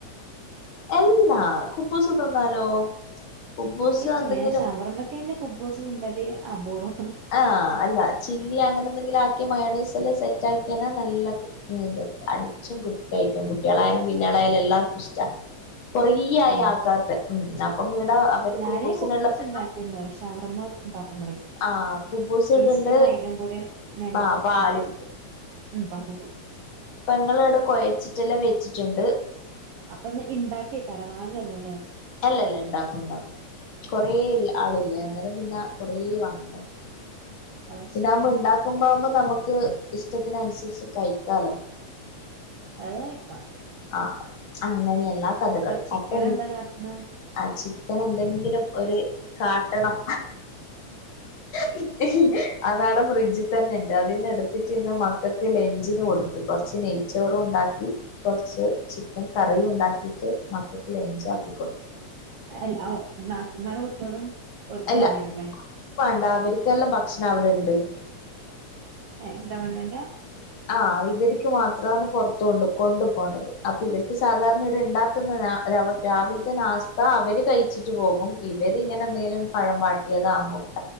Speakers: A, on the left; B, on the right.
A: എല്ലാ കുബുസു തിന്നാലോ കുബൂസ്
B: എനിക്ക് ഇഷ്ടല്ല
A: എന്തെങ്കിലും
B: ഞാൻ ഷവർമ്മക്ക് തന്നെ കുബൂസ് തിനലി അപൂർവ
A: ആഹ് അല്ല ചില്ലി അങ്ങനെ എന്തെങ്കിലും ആക്കിയ മയണെസ് നല്ല സെറ്റ് ആക്കിയാനാ നല്ല ഇത് അടിച്ചും കഴിക്കും കുട്ടികളായാലും വെല്ലയാളായാലും എല്ലാർക്കും ഇഷ്ടാ കൊറേ ആയി
B: ആഹ്
A: ആക്കാത്ത ഉം അപ്പം ഇവിടെ അവര്
B: ഞാനേ
A: കുബൂസിനുള്ളതെല്ലാം
B: കുബ്ബൂസ് ഉണ്ടാക്കിരുന്നു ഷവർമ്മ ഉണ്ടാക്കുമ്പളേ
A: ആഹ് കുബൂസ് ഇടുണ്ട്
B: ഈസ്റ്റും മൈദം കൂടി മേങ്കട്ട്
A: ആ പാലും
B: ഉണ്ടായി കിട്ടും ഉം വാങ്ങി കൊടുക്കും.
A: പെങ്ങൾ ഇടെ കുഴച്ചിട്ടെല്ലാം വേ വച്ചിട്ടുണ്ട്
B: അപ്പൊ ഒന്ന് ഇണ്ടാക്കി വക്കാരോ വാങ്ങലല്ല ല്ലേ
A: അല്ല അല്ല ഇണ്ടാക്കും ഇണ്ടാക്കും കൊറെ
B: ഉം
A: ആളില്ലേ അന്നേരം പിന്നെ കൊറേ വാങ്ങണ്ടേ
B: അത് ശരിയാണ്
A: ഇതാവുമ്പം ഇണ്ടാക്കവുമ്പോ നമുക്ക് ഇഷ്ടത്തിന്നുസരിച്ച് കഴിക്കാലോ
B: അത് കഴിക്ക
A: ആ അങ്ങനെയ എല്ലാ കഥകൾ
B: ചിക്കൻ
A: അപ്പൊ
B: എന്താ കാട്ട്ണെ
A: ആച്ചി ചിക്കൻ എന്തെങ്കിലും ഒരു കാട്ടണം ഹ് ഹ് അതാണ് ഫ്രിഡ്ജിൽ തന്നെ ഇണ്ട് അതിൽന്ന് എടുത്തിട്ട് ഇന്ന് മക്കൾക്ക് ലെഞ്ചിന് കൊടുത്ത് കൊറച്ച് നെയ്ച്ചോറും ഇണ്ടാക്കി കൊറച്ച് ചിക്കൻ കറിയുണ്ടാക്കിട്ട് മക്കൾക്ക് ലെൻജാക്കി കൊടുത്തു
B: അല്ല നാത്തൂന്മാരു കുട്ട്യേലും ഓർക്കും
A: അല്ല
B: വാണ്ടിരുലെ
A: വേണ്ട അവർക്കെല്ലാം ഭക്ഷണം അവിടെണ്ട്
B: ഏ ഗവൺമെന്റ
A: ആ ഇവർക്ക് മാത്രന്ന് പുറത്തണ്ട് കൊണ്ടു പോണ്ടത് അപ്പൊ ഇവർക്ക് സാധാരണ ഇടെ ഉണ്ടാക്കുന്ന രാവിലത്തെ നാസ്ത അവര് കഴിച്ചിട്ട് പോകും ഇവരി ഇങ്ങനെ എന്തെങ്കിലും പഴം വാട്ടിയതാ മുട്ട